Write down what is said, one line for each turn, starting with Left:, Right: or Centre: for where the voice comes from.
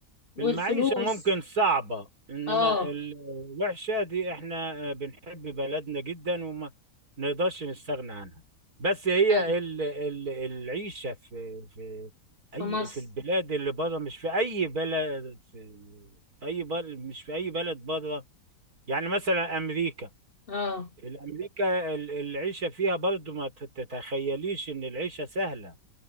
Left: والفلوس
Right: المعيشة ممكن صعبة انما
Left: اه
Right: ال- الوحشة دي احنا بنحب بلدنا جدا وما نقدرش نستغنى عنها بس هي
Left: أنا
Right: ال ال العيشة في في اي
Left: في مصر
Right: في البلاد اللي بره مش في اي بلد في في اي بلد مش في اي بلد بره يعني مثلا امريكا
Left: اه
Right: الأمريكا ال- العيشة فيها برضو ما تت- تتخيليش إن العيشة سهلة